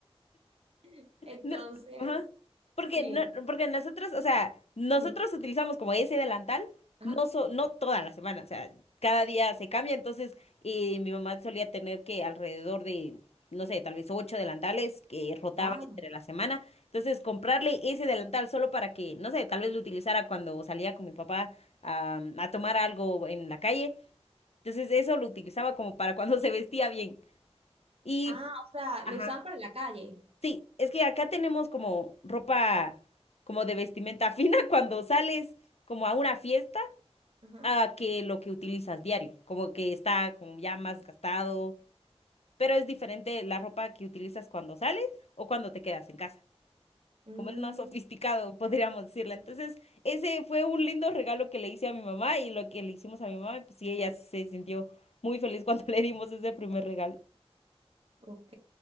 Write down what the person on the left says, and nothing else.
No, ajá. Porque,
no, porque nosotros, o sea, nosotros
utilizamos como ese delantal,
no, so, no toda la semana, o sea, cada día se cambia, entonces eh, mi mamá solía tener que alrededor de, no sé, tal vez ocho delantales que rotaba
entre la semana, entonces comprarle ese delantal solo para que, no sé, tal vez lo utilizara cuando salía con mi papá a, a tomar algo en la calle, entonces eso lo utilizaba como para cuando <laughs> se vestía bien. Y,
ajá.
Sí, es que acá tenemos como ropa como de vestimenta fina <laughs> cuando sales como a una fiesta
a que lo que utilizas diario, como que está como ya más gastado, pero es diferente la ropa que utilizas cuando sales o cuando te quedas en casa,
como es más sofisticado, <laughs> podríamos decirle. Entonces, ese fue un lindo regalo que le hice a mi mamá y lo que le hicimos a mi mamá, pues sí, ella se sintió muy feliz cuando <laughs> le dimos ese primer regalo.